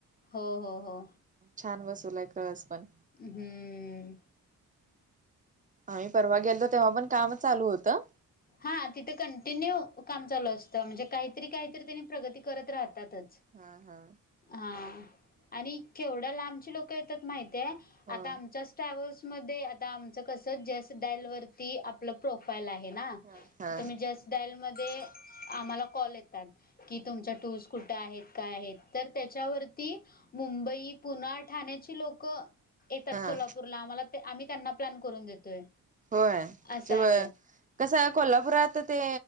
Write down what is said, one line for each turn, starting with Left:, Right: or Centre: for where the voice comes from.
Left: हो हो हो
Right: छान बसवलाय कळस पण.
Left: हम्म
Right: आम्ही परवा गेलतो तेव्हा पण काम चालू होतं.
Left: हा तिथे कंटिन्यू काम चालू असतं म्हणजे काहीतरी काहीतरी त्यांनी प्रगती करत राहतातच.
Right: हा हा
Left: हा आणि केेवड्या लांबची लोक येतात माहितये
Right: हो
Left: आता आमच्या ट्रॅव्हल्स मधे आता आमचं कस जस डायल वरती आपलं प्रोफाईल आहे ना
Right: हा हा
Left: तुम्ही जस डायल मध्ये आम्हाला कॉल येतायेत की तुमच्या टुलस कुठं आहेत काय आहेत तर त्याच्यावरती मुंबई पुना ठाण्याची लोक येतात
Right: हा
Left: कोल्हापूरला आम्हाला आम्ही त्यांना प्लॅन करून देतोय.
Right: होय
Left: असं
Right: तेव
Left: आहे
Right: कसं कोल्हापुरात ते